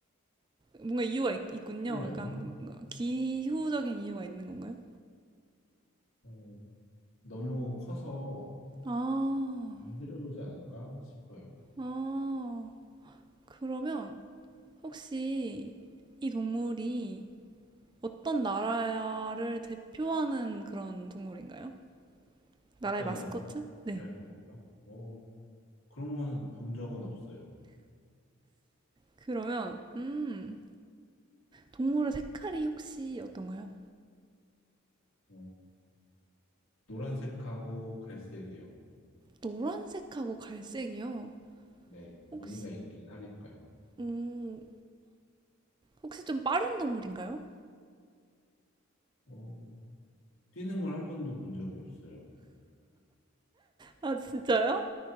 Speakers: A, on the right; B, on the left.
A: 뭔가 이유가 있, 있군요.
B: 풀려나?
A: 약간 뭔가 기후적인 이유가 있는 건가요?
B: 어, 너무 커서
A: 아,
B: 안 들어오지 않을까 싶어요.
A: 아, 그러면 혹시 이 동물이 어떤 나라를 대표하는 그런 동물인가요? 나라의
B: 어떤
A: 마스코트?
B: 나라를
A: 네.
B: 표현하냐고요? 어, 그런 건 본 적은 없어요.
A: 그러면, 음, 동물의 색깔이 혹시 어떤가요?
B: 어, 노란색하고 갈색이요.
A: 노란색하고 갈색이요.
B: 네, 무늬가
A: 혹시,
B: 있긴 하니까요.
A: 음, 혹시 좀 빠른 동물인가요?
B: 어, 뛰는 걸 한 번도 본 적이 없어요.
A: 아, 진짜요?